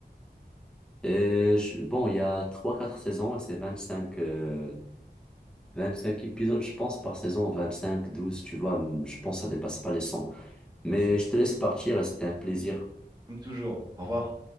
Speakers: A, in the centre; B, on the right (about 25°).
A: Et je- bon, il y a trois quatre saisons et c'est 25 euh, cinq épisodes, je pense, par saison, 25 12 tu vois, je pense que ça dépasse pas les cent Mais
B: Ouais, c'est bien.
A: je te laisse partir et c'était un plaisir.
B: Comme toujours. Au revoir.